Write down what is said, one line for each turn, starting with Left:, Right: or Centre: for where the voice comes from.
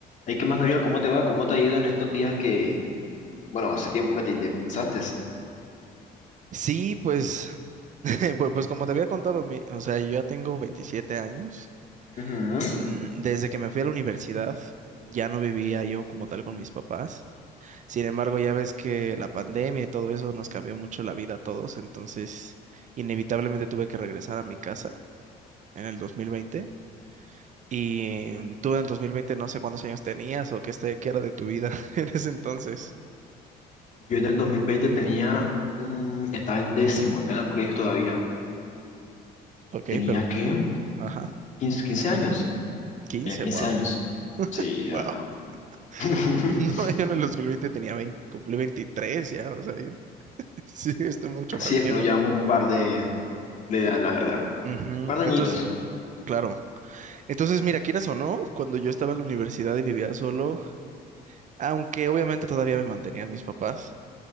Left: Hey, ¿qué más, Gabriel? ¿Cómo te va? ¿Cómo te ha ido en estos días que, bueno, hace tiempo que te independizaste?
Right: Sí, pues, <laughs> pues, pues como te había contado, mi- o sea, yo ya tengo 27 años.
Left: Ujú.
Right: Mm, Desde que me fui a la universidad, ya no vivía yo como tal con mis papás. Sin embargo, ya ves que la pandemia y todo eso nos cambió mucho la vida a todos, entonces inevitablemente tuve que regresar a mi casa en el 2020. Y mm, tú en el 2020 no sé cuántos años tenías o qué, este, qué era de tu vida <laughs> en ese entonces.
Left: Yo en el 2020 tenía, mm, estaba en décimo, estaba en el colegio todavía.
Right: Ok,
Left: Tenía
Right: pero,
Left: que
Right: ajá,
Left: 15 15 años.
Right: 15,
Left: Tenía 15
Right: wow.
Left: años. Sí, ya
Right: Wow.
Left: no. <laughs>
Right: Mm, <laughs> No, yo en el 2020 tenía 20, cumplí 23 ya, o sea, yo- <laughs> sí, estoy mucho
Left: Sí,
Right: más
Left: es
Right: viejo.
Left: que nos llevamos un par de, de edad, la verdad. Un
Right: Ujú,
Left: par de
Right: Entonces,
Left: añitos.
Right: claro. Entonces, mira, quieras o no, cuando yo estaba en la universidad y vivía solo, aunque obviamente todavía me mantenían mis papás,